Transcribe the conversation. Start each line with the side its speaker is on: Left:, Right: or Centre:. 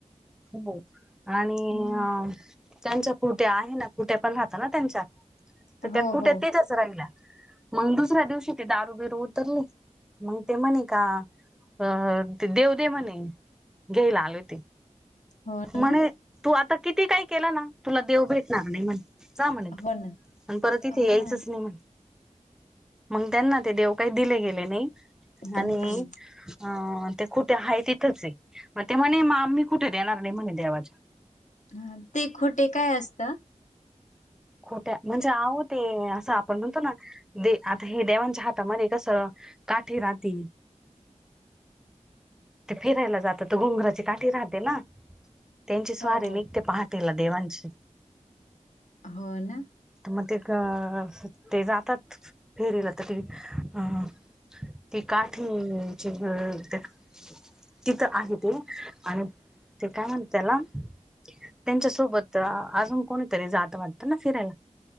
Centre: हो आणि
Left: हम्म.
Centre: अह त्यांच्या कुठे आहे ना कुठे पण राहत ना त्यांच्या तर त्या
Left: हो
Centre: खुट्या
Left: हो.
Centre: तिथचं राहिल्या मग दुसऱ्या दिवशी ते दारू बिरू उतरली. मंग ते म्हणे का अ ते देव दे म्हणे घ्यायला आले ते.
Left: हो
Centre: म्हणे
Left: ना.
Centre: तू आता किती काही केलं ना तुला देव भेटणार नाही म्हणे. जा म्हणे
Left: हो ना.
Centre: आणि परत इथे
Left: हां.
Centre: यायचंच नाही म्हणे. मग त्यांना ते देव काही दिले गेले नाही
Left: हम्म.
Centre: आणि अह ते खुठे आहे तिथंच आहे मग ते म्हणे आम्ही कुठे देणार नाही म्हणे देवाच्या.
Left: हा ते खुठे काय असतं?
Centre: खुट्या म्हणजे आहो ते असं आपण म्हणतो ना दे आता हे देवांच्या हातामध्ये कस काठी राहते ते फिरायला जातात तर घुंगराची काठी राहते ना त्यांची स्वारी
Left: हो, हो.
Centre: निघते पाह तेला देवांची.
Left: हो ना.
Centre: मग ते अह ते जातात फेरीला तर ते अह ती काठीची <unintelligible> तिथं आहे ते आणि ते काय म्हणत त्याला त्यांच्या सोबत अह अजून कोणीतरी जात वाटतं ना फिरायला